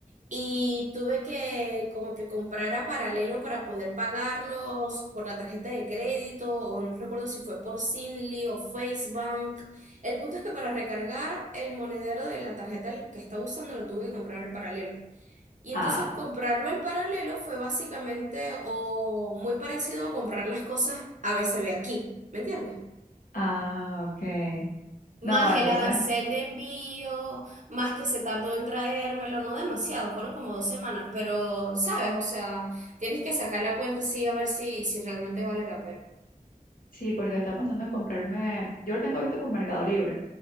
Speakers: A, on the right; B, on the left.
A: y tuve que como que comprar a paralelo para poder pagarlos por la tarjeta de crédito o no recuerdo si fue por Zinli o FaceBank. El punto es que para recargar el monedero de la tarjeta que estaba usando lo tuve que comprar al paralelo. Y entonces
B: ah,
A: comprarlo en paralelo fue básicamente o muy parecido a comprar las cosas a ABCB aquí, ¿me entiendes?
B: ah, ok.
A: Más
B: No, entonces.
A: el arancel de envío, más que se tardó en traérmelo, no demasiado, fueron como dos semanas, pero sabes, o sea, tienes que sacar la cuenta sí a ver si, si realmente vale la pena.
B: Sí, porque estaba pensando en comprarme, yo lo tengo visto por Mercado Libre,